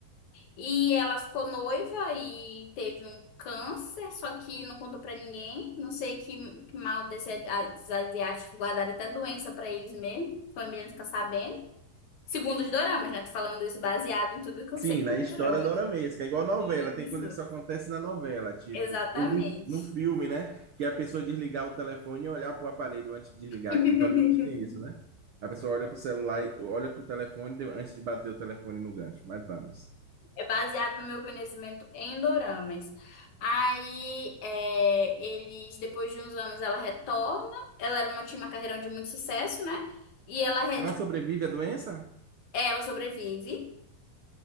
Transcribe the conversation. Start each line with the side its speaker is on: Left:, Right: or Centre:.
Left: E ela ficou noiva e teve um câncer, só que não contou para ninguém. Não sei que, que mal desse, a- dos asiáticos guardaram até doença para eles mesmo. A família não fica sabendo. Segundo os doramas, né? Tô falando isso baseado em tudo que eu
Right: Sim,
Left: sei com
Right: na história
Left: dorama.
Right: doramesca, é igual novela,
Left: Isso,
Right: tem coisa que só acontece na novela, tipo,
Left: exatamente.
Right: ou no, no filme, né? Que a pessoa desligar o telefone e olhar para o aparelho antes de desligar,
Left: <laughs>
Right: que Hollywood tem isso, né? A pessoa olha para o celular, e olha para o telefone de- antes de bater o telefone no gancho, mas vamos.
Left: É baseado no meu conhecimento em doramas. Aí, é, eles, depois de uns anos, ela retorna. Ela era uma, tinha uma carreira de muito sucesso, né? E ela, re-
Right: Ela
Left: tipo,
Right: sobrevive à doença?
Left: é, ela sobrevive.